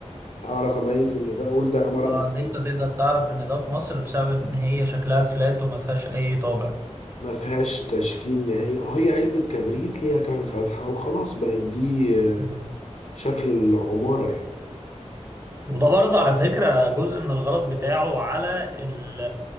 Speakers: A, on the left (about 70°); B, on the right (about 20°).
A: أعرف أميز إن ده أقول ده عمارة
B: اه
A: مصرية
B: ان انت تقدر تعرف ان ده في مصر بسبب ان هي شكلها فلات وما فيهاش اي طابع
A: ما فيهاش تشكيل نهائي اه هي علبة كبريت ليها كام فتحة وخلاص بقت دي آه،
B: مم.
A: شكل العمارة يعني
B: وده برضه على فكرة جزء من الغلط بتاعه على ال-